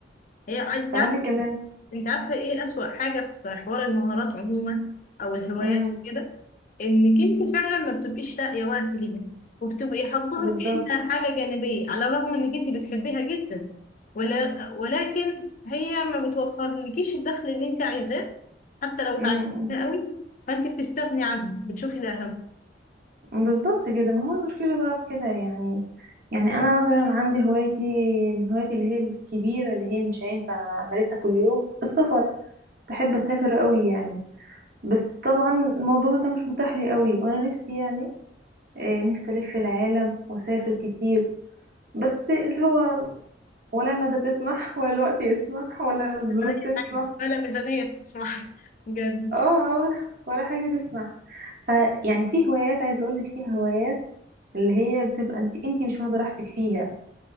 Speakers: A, on the left (about 45°); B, on the right (about 50°).
A: هي انت
B: تعرفي
A: عارفة
B: كمان
A: انت عارفة ايه اسوأ حاجة في حوار المهارات عموما او الهوايات
B: امم
A: كده انك انت فعلا ما بتبقيش لاقية وقت ليها وبتبقي حاطاها
B: بالظبط
A: كأنها حاجة جانبية على الرغم انك انت بتحبيها جدا ولا ولكن هي ما بتوفرلكيش الدخل اللي انت عايزاه حتى لو اتعلمتيها
B: امم
A: قوي فانت بتستغني عنه بتشوفي الاهم
B: بالظبط كده ما هو المشكلة بقى في كده يعني يعني انا مثلا عندي هوايتي من هوايتي اللي هي الكبيرة اللي هي مش هينفع امارسها كل يوم السفر بحب اسافر قوي يعني بس طبعا الموضوع ده مش متاح لي قوي وانا نفسي يعني آه، نفسي الف العالم واسافر كتير بس اللي هو ولا المادة تسمح ولا الوقت يسمح ولا الظروف
A: اي
B: تسمح
A: حاجة ولا ميزانية تسمح <laughs> بجد
B: اه آه، ولا ولا حاجة تسمح ف يعني في هوايات عايزة اقولك في هوايات اللي هي بتبقى انت انت مش واخدة راحتك فيها